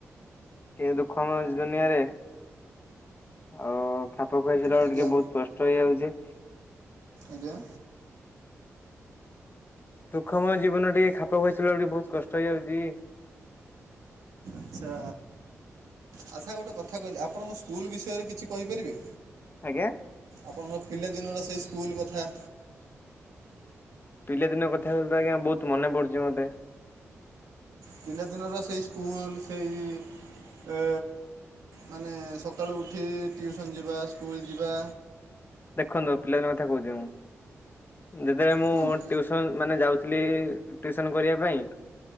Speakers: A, on the left; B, on the right.
A: ଏ ଦୁଃଖ ମୟ ଦୁନିଆରେ। ଆଉ ଖାପ <unintelligible> ବେଳେ
B: ଆଜ୍ଞା
A: ଟିକେ ବହୁତ କଷ୍ଟ ହେଇଯାଉଛି।
B: ଆଜ୍ଞା।
A: ଦୁଖମୟ ଜୀବନରେ ଟିକେ ଖାପ ଖୁଆଇ ଚଳିବାକୁ ଟିକେ ବହୁତ କଷ୍ଟ ହେଇଯାଉଛି।
B: ଆଚ୍ଛା। ଆଚ୍ଛା ଗୋଟେ କଥା କହିଲେ ଆପଣଙ୍କ ସ୍କୁଲ ବିଷୟରେ କିଛି କହିପାରିବେ।
A: ଆଜ୍ଞା।
B: ଆପଣଙ୍କ ପିଲାଦିନର ସେଇ ସ୍କୁଲ କଥା।
A: ପିଲାଦିନ କଥା <unintelligible> ଆଜ୍ଞା ବହୁ ମନ ପୁଡୁଛି ମତେ।
B: ପିଲା ଦିନର ସେଇ ସ୍କୁଲ ସେଇ ଏ ମାନେ ସକାଳୁ ଉଠି ଟିଉସନ୍ ଯିବା ସ୍କୁଲ୍ ଯିବା।
A: ଦେଖନ୍ତୁ ପିଲାଦିନ କଥା କହୁଛି ମୁଁ। ଯେତେବେଳେ ମୁଁ
B: କୁହନ୍ତୁ
A: ଟିଉସ ତ ମାନେ ଯାଉଥିଲି ଟିଉସନ କରିବା ପାଇଁ।